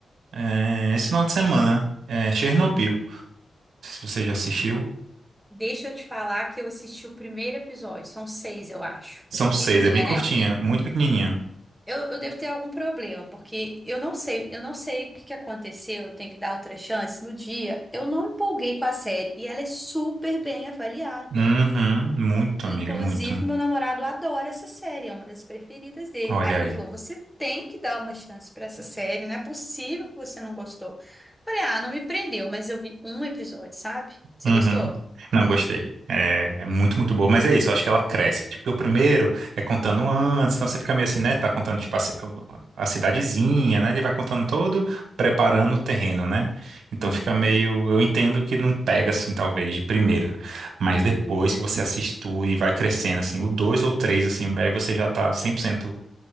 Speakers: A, on the right; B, in the centre.
A: é, esse final de semana é Chernobyl. Não sei se você já assistiu.
B: <laughs> Deixa eu te falar que eu assisti o primeiro episódio, são seis, eu acho.
A: São
B: É pequenininha,
A: seis, é bem curtinha,
B: né?
A: muito pequenininha.
B: Eu, eu devo ter algum problema, porque eu não sei, eu não sei o que que aconteceu, eu tenho que dar outra chance. No dia, eu não empolguei com a série e ela é super bem avaliada.
A: Uhum, muito,
B: Inclusive,
A: amiga, muito.
B: meu namorado adora essa série, é uma das preferidas dele.
A: Olha
B: Aí
A: aí.
B: ele falou: "Você tem que dar uma chance pra essa série, não é possível que você não gostou". Falei: "Ah, não me prendeu, mas eu vi um episódio, sabe? Você
A: Uhum.
B: gostou?
A: Não, gostei. É, é muito, muito boa. Mas é isso, eu acho que ela cresce. Tipo, porque o primeiro é contando antes, então você fica meio assim, né? Tá contando, tipo, a, ci- a cidadezinha, né? Ele vai contando todo, preparando o terreno, né? Então
B: Uhum,
A: fica meio. Eu entendo que não pega, assim, talvez, de primeira. Mas
B: uhum.
A: depois que você assiste tudo e vai crescendo, assim, o dois ou três, assim, aí você já tá 100%